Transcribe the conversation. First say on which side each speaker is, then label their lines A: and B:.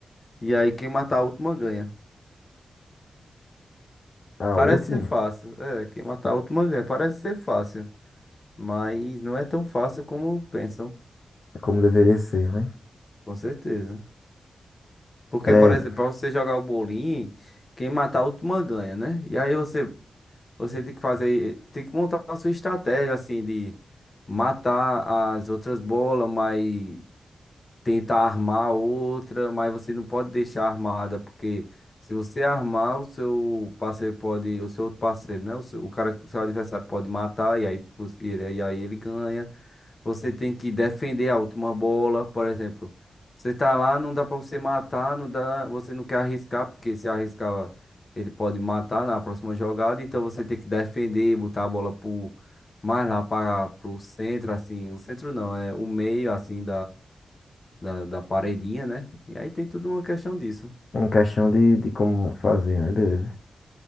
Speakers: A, on the left; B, on the left.
A: e aí quem matar a última ganha.
B: A
A: Parece
B: última.
A: ser fácil. É, quem matar a última ganha. Parece ser fácil. Mas não é tão fácil como pensam,
B: É como deveria ser, né?
A: com certeza. Porque,
B: É.
A: por exemplo, pra você jogar o bolinho, quem matar a última ganha, né? E aí você, você tem que fazer, tem que montar a sua estratégia, assim, de matar as outras bolas, mas tenta armar outra, mas você não pode deixar armada, porque se você armar, o seu parceiro pode, o seu outro parceiro, né? O seu, o cara, o seu adversário pode matar e aí, pos- e ele- e aí ele ganha. Você tem que defender a última bola, por exemplo. Você tá lá, não dá pra você matar, não dá, você não quer arriscar, porque se arriscar, ele pode matar na próxima jogada, então você tem que defender, botar a bola pro mais lá para pro centro assim, o centro não, é o meio assim da, da paredinha, né? E aí tem tudo uma questão disso.
B: Uma questão de, de como fazer, né? Beleza.